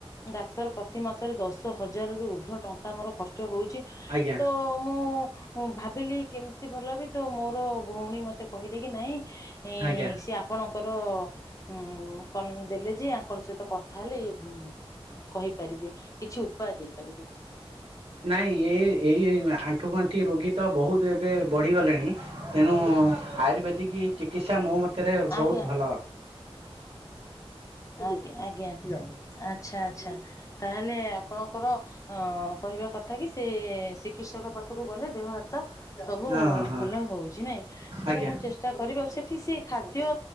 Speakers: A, on the left; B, on the right.
A: ଡ଼ାକ୍ତର ପ୍ରତି ମାସରେ ଦଶ ହଜାର ରୁ ଉର୍ଦ୍ଧ୍ବ ଟଙ୍କା ମୋର ଖର୍ଚ୍ଚ ହଉଛି।
B: ଆଜ୍ଞା।
A: ତ ମୁଁ ଭାବିଲି କେମିତି ଭଲ ହେବି ତ ମୋର ଭଉଣୀ ମତେ କହିଲେ କି ନାଇଁ <unintelligible>
B: ଆଜ୍ଞା
A: ଆପଣଙ୍କର ଉଁ ଙ୍କ ଦେଲେ ଯେ ଆଙ୍କର ସହିତ କଥା ହେଲେ ଏ କହିପାରିବି କିଛି ଉପାୟ ଦେଇପାରିବି।
B: ନାଇଁ ଏ ଏଇ ଆଣ୍ଠୁ ଗଣ୍ଠି ରୋଗୀ ତ ବହୁତ୍ ଏବେ ବଢିଗଲେଣି। ତେଣୁ ଆୟୁର୍ବେଦିକ ଚିକିତ୍ସା ମୋ ମତରେ ବହୁତ୍
A: ଆଜ୍ଞା
B: ଭଲ।
A: ଆଜ୍ଞା ଆଜ୍ଞା ଆଚ୍ଛା ଆଚ୍ଛା ତାହେଲେ ଆପଣଙ୍କ ଙ୍କର ଅ କହିବା କଥା କି ସେ ଚିକିତ୍ସକ ପାଖରୁ ଗଲେ ଦେହ ହାତ ସବୁ
B: ହଁ ହଁ
A: ଭଲ ହଉଛି ନାଇଁ ତାହେଲେ
B: ଆଜ୍ଞା
A: ମୁଁ ଚେଷ୍ ଚେଷ୍ଟା କରିବି ଆଉ ସେଠି ସେ ଖାଦ୍ୟ